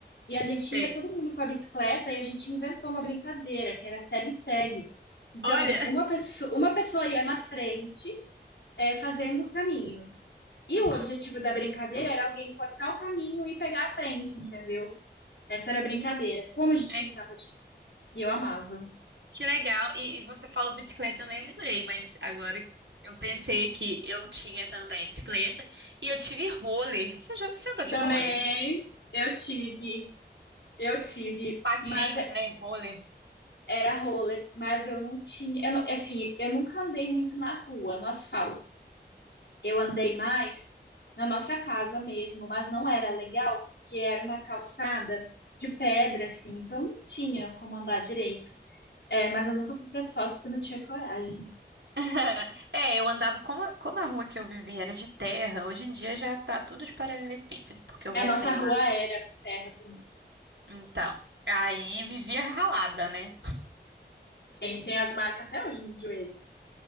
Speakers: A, on the left; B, on the right.
A: E a gente
B: Sei.
A: ia todo mundo com a bicicleta e a gente inventou uma brincadeira que era segue-segue. Então,
B: Olha,
A: uma pessoa, uma pessoa ia na frente, é, fazendo o caminho. E
B: uhum.
A: o objetivo da brincadeira era alguém cortar o caminho e pegar a frente, entendeu? Essa era a brincadeira. Como a gente
B: É,
A: brincava disso. E eu amava.
B: que legal. E, e você falou bicicleta, eu nem lembrei, mas agora eu pensei que eu tinha também bicicleta e eu tive roller. Você já você andou de
A: Também
B: roller?
A: eu tive, eu tive,
B: Patins,
A: mas é-
B: né? Roller.
A: era roller, mas eu não tinha, eu não- assim, eu nunca andei muito na rua, no asfalto. Eu andei mais na nossa casa mesmo, mas não era legal porque era uma calçada de pedra assim, então não tinha como andar direito. É, mas eu nunca fui para asfalto porque eu não tinha coragem.
B: <laughs> É, eu andava, como, a- como a rua que eu vivia era de terra, hoje em dia já tá tudo de paralelepípedo, porque eu
A: É,
B: voltei
A: nossa rua
B: lá.
A: era terra também.
B: Então, aí vivia ralada, né?
A: tem as marcas até hoje nos joelhos.